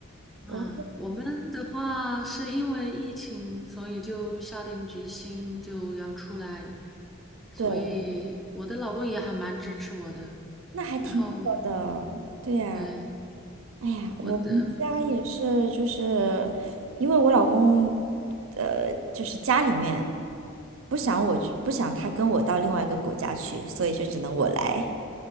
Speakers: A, in the centre; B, on the right (about 70°).
A: 啊，
B: 我，
A: 我们的话是因为疫情，所以就下定决心就要出来，所以我的老公也还蛮支持我的。
B: 对，那还挺好的，
A: 然后，
B: 对呀，
A: 嗯，
B: 哎呀，
A: 我的。
B: 我们家也是，
A: 嗯
B: 就是因为我老公，呃，就是家里面不想我去，不想他跟我到另外一个国家去，所以就只能我来。